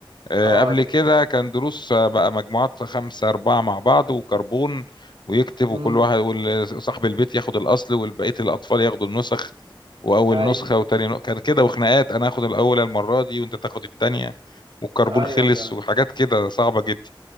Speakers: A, on the left (about 55°); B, on the right (about 75°).
A: آه،
B: اه
A: قبل
B: ت-
A: كده كان دروس آه، بقى مجموعات خمسة أربعة مع بعض وكربون ويكتب وكل
B: امم
A: واحد وصاحب البيت ياخد الأصل والبقية الأطفال ياخدوا النسخ وأول
B: اي
A: نسخة وتاني نسخة كان كده وخناقات أنا آخد الأولى المرة دي وأنت تاخد التانية والكربون
B: ايوه
A: خلص
B: فاهم
A: وحاجات كده صعبة جدا